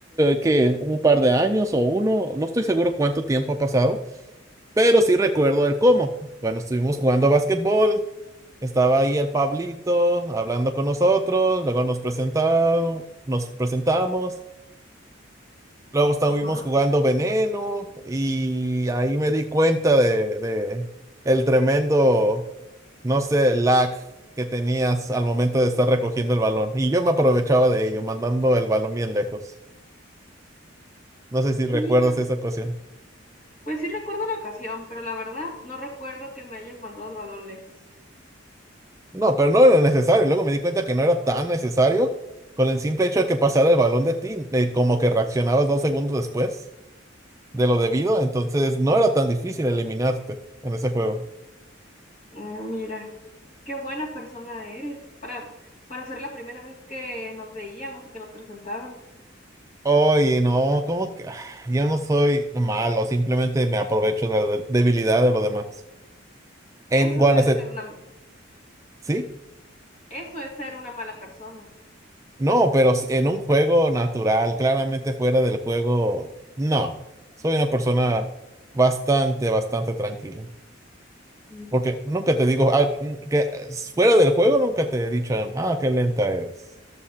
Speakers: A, on the right; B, on the left.
A: que un par de años o uno, no estoy seguro cuánto tiempo ha pasado, pero sí recuerdo el cómo. Cuando estuvimos jugando básquetbol, estaba ahí el Pablito hablando con nosotros, luego nos presentaron, nos presentamos. Luego estuvimos
B: Ajá.
A: jugando Veneno y ahí me di cuenta de, de el tremendo, no sé, lag que tenías al momento de estar recogiendo el balón. Y yo me aprovechaba de ello, mandando el balón bien lejos. No sé si recuerdas
B: Mira,
A: esa ocasión.
B: pues sí recuerdo la ocasión, pero la verdad no recuerdo que me hayas mandado el balón lejos.
A: No, pero no era necesario. Luego me di cuenta que no era tan necesario con el simple hecho de que pasara el balón de ti, eh, como que reaccionabas dos segundos después de lo debido. Entonces no era tan difícil eliminarte en ese juego.
B: Ah, mira, qué buena persona eres para, para ser la primera vez que nos veíamos y que nos presentaban.
A: Oye, no, como que <sighs> ah, yo no soy malo, simplemente me aprovecho de la de- debilidad de los demás. En
B: Eso
A: cuando
B: es
A: se,
B: ser una,
A: sí,
B: eso es ser una mala persona.
A: no, pero s- en un juego natural, claramente fuera del juego, no. Soy una persona bastante, bastante tranquila.
B: Mm.
A: Porque nunca te digo, ah, mm, que eh, s- fuera del juego nunca te he dicho, ah, qué lenta eres.